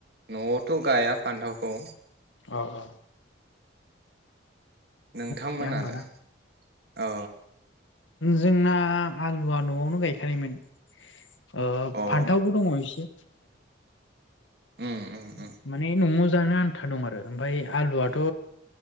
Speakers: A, on the right; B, on the left.
A: न'आवथ' गाया फान्थाव खौ
B: औ औ
A: नोंथांमोनालाय
B: गाया होमबा ना?
A: अ
B: जोंना आलुआ न'आवनो गायखानायमोन। ओ‌
A: अ
B: फान्थावबो दङ एसे
A: उम उम
B: <unintelligible>
A: उम
B: माने न'आव जानो आन्था दं आरो ओमफ्राय आलुआथ'